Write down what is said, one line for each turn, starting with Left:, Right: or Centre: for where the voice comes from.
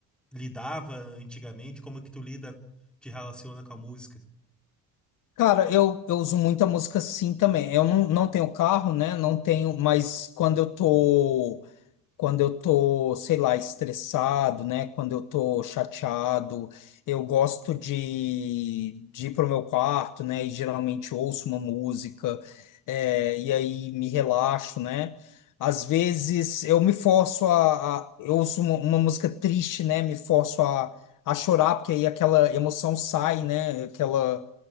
Centre: lidava antigamente? Como é que tu lida, te relaciona com a música?
Left: Cara, eu, eu uso muita música sim também. Eu não, não tenho carro, né? Não tenho, mas quando eu tô. quando eu tô, sei lá, estressado, né? Quando eu tô chateado, eu gosto de, de ir pro meu quarto, né? E geralmente ouço uma música, é, e aí me relaxo, né? Às vezes eu me forço a, a- eu ouço uma, uma música triste, né? Me forço a, a chorar, porque aí aquela emoção sai, né? Aquela,